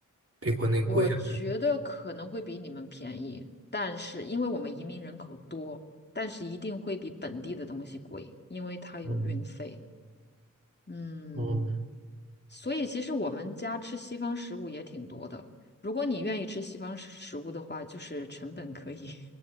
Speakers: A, on the right; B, on the left.
A: 比国内贵啊？
B: 我觉得可能会比你们便宜，但是因为我们移民人口多，但是一定会比本地的东西贵，因为它有运费。
A: 嗯
B: 嗯，
A: 嗯，
B: 所以其实我们家吃西方食物也挺多的。如果你愿意吃西方食物的话，就是成本可以